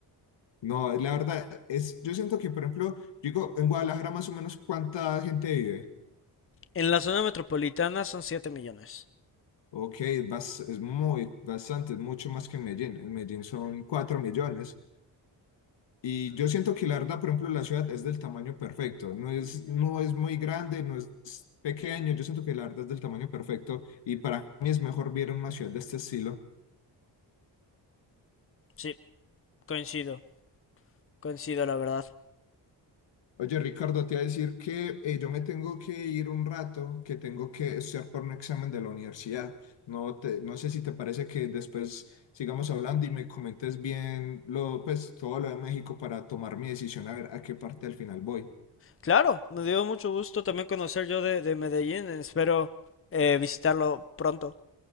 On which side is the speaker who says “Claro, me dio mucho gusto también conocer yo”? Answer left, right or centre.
Left